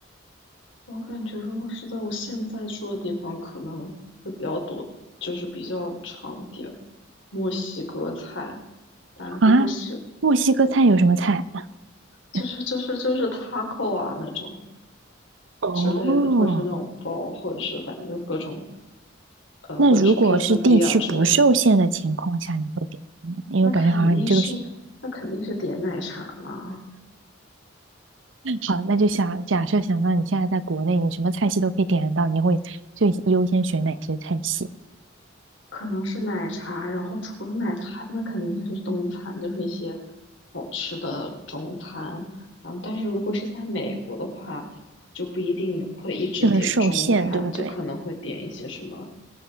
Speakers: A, on the left; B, on the right.
A: 我感觉如果是在我现在住的地方，可能会比较多，就是比较常点墨西哥菜。但如果是
B: 啊？墨西哥菜有什么菜？<laughs>
A: 就是就是就是 taco 啊那种
B: 哦，
A: 之类的，或者是那种包，或者是反正就各种呃，
B: 那如果是地区不受限的情况下，
A: 或者是 quesadilla 之类的，
B: 你会点什么？因为感觉好像你这个是
A: 那肯定是那肯定是点奶茶啦。
B: 好，那就想假设想让你现在在国内，你什么菜系都可以点得到，你会最优先选哪些菜系？
A: 可能是奶茶，然后除了奶茶，那肯定就是中餐，就是一些好吃的中餐。然后，但是如果是在美国的话，就不一定会一直点中餐，
B: 就很受限，对不对？
A: 就可能会点一些什么